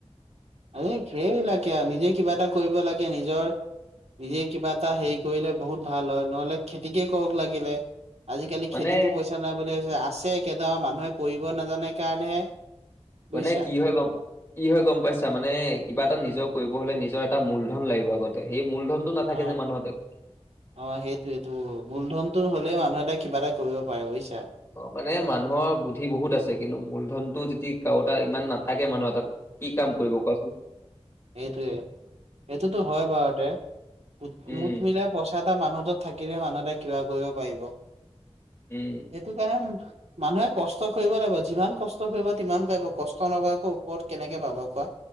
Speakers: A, on the right; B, on the left.
A: এই সেইবিলাকে আৰু নিজে কিবা এটা কৰিব লাগে নিজৰ নিজে কিবা এটা হেৰি কৰিলে বহুত ভাল হয় নহলে খেতিকে কৰক লাগিলে আজিকালি
B: মানে
A: খেতিতো পইচা নাই বুলিাবছে আছে কেনোবা মানুহে কৰিব নাজানে কাৰণেহে বুজিছা
B: মানে কি হয় গম কি হয় গম পাইছো মানে কিবা এটা নিজৰ কৰিব হলে নিজৰ এটা মূলধন লাগিব আগতে সেই মূলধনটো নাথাকে
A: অ
B: যে মানুহৰ তাত।
A: অ সেইটোটো মূলধনটো হ' মানুহ এটা কিবা এটা কৰিব পাৰে বুজিছে
B: মানে মানুহৰ বুদ্ধি বহুত আছে কিন্তু মূলধনতটো যদি কাৰোটা ইমান নাথাকে মানুহত তাত কি কাম কৰিব কোৱাচোন
A: এইটোৱে এইটোতো হয় বাৰুতেঠ
B: উম
A: মুঠ মিলাই পইচা এটা মানুহত থাকিলে মানুহ এটা কিবা কৰিব পাৰিব সেইটো
B: উম।
A: কাৰণে মানুহে কষ্ট কৰিব লাগিব যিমান কষ্ট কৰিব িমান পাব কষ্ট নকৰাকৈ ওপৰত কেনেকে পাব কোৱা